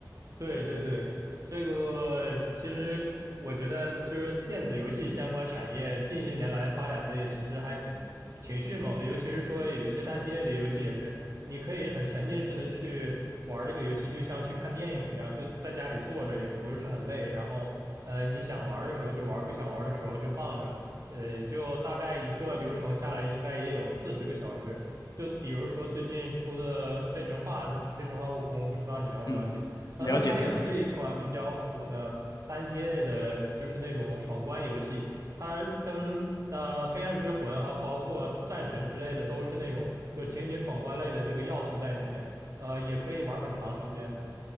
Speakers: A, on the right; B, on the left.
A: 对对对，这个其实我觉得就是电子游戏相关产业近些年来发展的也其实还挺挺迅猛的，尤其是说有一些单机类的游戏也是，你可以很沉浸式的去玩这个游戏，就像去看电影一样，就在家里坐着也不是很累，然后呃你想玩的时候就玩，不想玩的时候就放着，呃就大概一个流程下来应该也有四十个小时，就比如说最近出的《黑神话》《黑神话：悟空》，不知道你了不了解？
B: 嗯嗯，
A: 啊，
B: 了解的了解，
A: 那它也是一款比较火的单机类的，就是那种闯关游戏。它跟那、黑暗之魂》还有包括战神之类的，都是那种有情节闯关类的这个要素在里面，呃，也可以玩很长时间的。